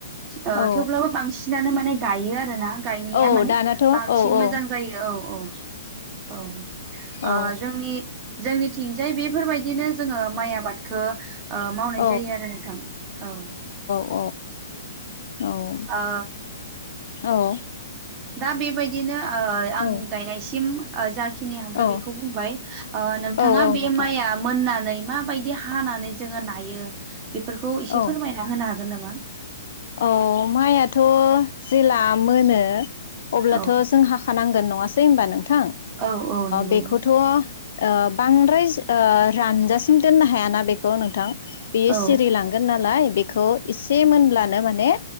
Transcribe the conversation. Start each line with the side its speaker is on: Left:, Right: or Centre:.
Right: आं
Left: औ
Right: थेवब्लाबो बांसिनानो माने गायो आरो ना। गायनाया
Left: औ
Right: माने
Left: दानाथ'
Right: बांसिन
Left: औ औ
Right: मोजां जायो औ औ औ
Left: औ
Right: ओ जोंनि जोंनिथिंजाय बेफोरबायदिनो जोङो माइ आबादखौ ओ मावनाय
Left: औ
Right: जायो आरो नोंथां औ
Left: अ अ औ
Right: ओ
Left: औ
Right: दा बेबायदिनो आ
Left: औ
Right: आं गायनायसिम जाखिनि हागो
Left: औ
Right: बिखो बुंबाय ओ नोंथांआ
Left: औ औ
Right: बे
Left: नोंथां
Right: माया मोननानै माबायदि हानानै जोङो नायो बेफोरखौ एसे
Left: औ
Right: फोरमायना होनो हागोन नामा?
Left: औ माइआथ' जेला मोनो अब्लाथ'
Right: औ
Left: जों हाख खानांगोन नङासै होनबा नोंथां
Right: औ औ नंगौ
Left: बेखौथ' ओ बांद्राय ओ रानजासिम दोननो हायाना बेखौ नोंथां बियो
Right: औ
Left: सिरिलां नालाय बेखौ एसे मोनब्लानो माने